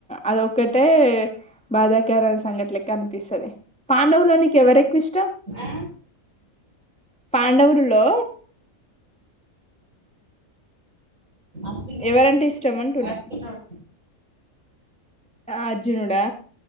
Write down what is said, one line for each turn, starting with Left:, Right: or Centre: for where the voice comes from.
Centre: అదొక్కటే బాధాకరైన సంఘటనకి అనిపిస్తుంది పాండవులో నీకు ఎవరెక్కువ ఇష్టం
Right: ఆ
Centre: పాండవులులో
Right: అర్జునుడు
Centre: ఎవరంటే ఇష్టం అంటున్నా
Right: అర్జునుడు
Centre: అర్జునడా